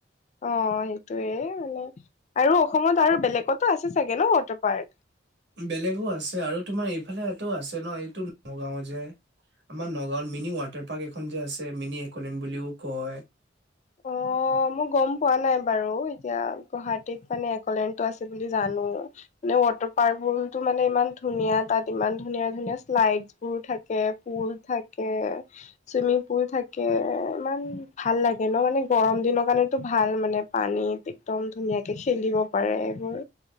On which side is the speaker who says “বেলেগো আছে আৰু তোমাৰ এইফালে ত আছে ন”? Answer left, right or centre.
Right